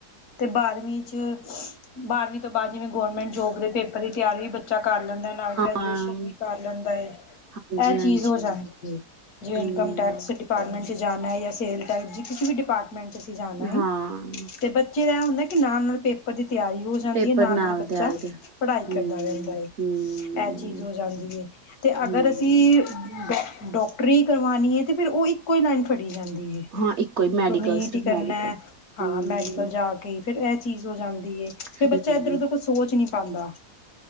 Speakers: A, on the left; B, on the right.
A: ਤੇ ਬਾਰਵੀਂ ਚ ਬਾਰਵੀਂ ਤੋਂ ਬਾਦ ਜਿਵੇਂ ਗੌਰਮੈਂਟ ਜੋਬ ਦੇ ਪੇਪਰ ਦੀ ਤਿਆਰ ਵੀ ਬ ਬੱਚਾ ਕਰ ਲੈਂਦਾ ਏ, ਨਾਲ ਗ੍ਰੈਜੂਏਸ਼ਨ
B: ਹਮ
A: ਵੀ ਕਰ ਲੈਂਦਾ ਏ।
B: ਹਾਂ ਹਾਂਜੀ
A: ਐ
B: ਹਾਂਜੀ
A: ਚੀਜ਼ ਹੋ ਜਾਂਦੀ ਏ, ਜਿਵੇਂ
B: ਹਮ
A: ਇਨਕਮ ਟੈਕਸ ਡਿਪਾਟਮੈਂਟ ਚ ਜਾਨੈ ਯਾ ਸੇਲ ਟੈਕਸ ਕਿਸੀ ਵੀ ਡਿਪਾਰਟਮੈਂਟ ਚ ਜਾਣਾ ਏ,
B: ਹਾਂ
A: ਤੇ ਬ ਬੱਚੇ ਦਾ ਐ ਹੁੰਦੈ ਕਿ ਨਾਲ-ਨਾਲ ਪੇਪਰ ਦੀ ਤਿਆਰੀ ਹੋ ਜਾਂਦੀ
B: ਪੇਪਰ
A: ਏ, ਨਾਲ-ਨਾਲ
B: ਨਾਲ
A: ਬੱਚਾ
B: ਤਿਆਰੀ ਦੇ
A: ਪੜ੍ਹਾਈ
B: ਹਮ
A: ਕਰਦਾ ਰੈਦਾ ਏ।
B: ਹਮ
A: ਐ ਚੀਜ਼ ਹੋ ਜਾਂਦੀ ਏ। ਅਤੇ ਅਗਰ
B: ਹਮ
A: ਅਸੀਂ ਡੋ ਡੋ ਟਰੀ ਕਰਵਾਨੀ ਏ ਤੇ ਫੇਰ ਉ ਇੱਕੋ ਈ ਲਾਈਨ ਫੜੀ ਜਾਂਦੀ ਏ।
B: ਹਾਂ ਇੱਕੋ ਹੀ ਮੈਡੀਕਲ
A: ਫੇਰ ਨੀਟ
B: ਸਿਰਫ
A: ਈ ਕਰਨੈ
B: ਮੈਡੀਕਲ
A: ਹਾਂ
B: ਹਮ
A: ਮੈਡੀਕਲ ਜਾ ਕੇ ਫੇਰ ਐ ਚੀਜ਼ ਹੋ ਜਾਂਦੀ ਏ, ਫੇਰ
B: ਹਮ
A: ਬੱਚਾ ਏਧਰ ਉਧਰ ਕੁਛ ਸੋਚ ਨੀ ਪਾਂਦਾ।